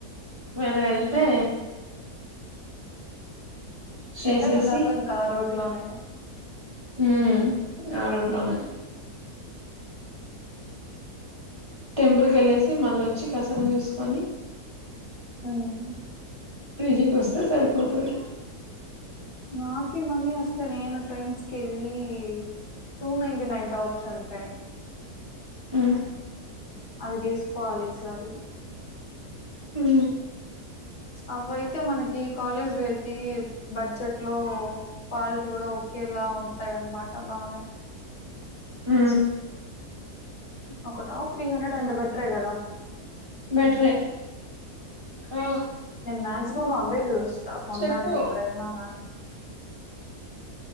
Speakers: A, on the right; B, on the left.
A: ఒకవేళ ఏళ్తే చేసేసి
B: ఎల్లేదేలాగో ఆ రూట్లోనే ఆ
A: మ్మ్ ఆ రూట్లోనే టెంపుల్ కెళ్ళేసి మళ్ళ వచ్చి కసం చూసుకొని
B: మ్మహ్
A: పీజీకొస్తే సరిపోతాది
B: నాకే మనీ వస్తే నేను ట్రెండ్స్ కె ళ్ళి టూ నైన్టీ నైన్ టాప్స్ ఉం ప్రే
A: ఆ
B: అవి తీసుకోవాలి ఈసారి
A: హ
B: అవిఐతే మనకి కాలేజ్ వేర్ కి బడ్జెట్ లో కాలిటీ కూడా ఒకఓకేలా ఉంటే ట అనమాట బాగానే
A: హ
B: ఒక టాప్ త్రీ హండ్రెడ్ అంటే బెటరే కదా
A: బెటరే ఆ
B: నా అ మమ్మీ చూస్తుంది కొండానికి
A: చెప్పు
B: ఎప్పుడు వెళ్ళినా కానీ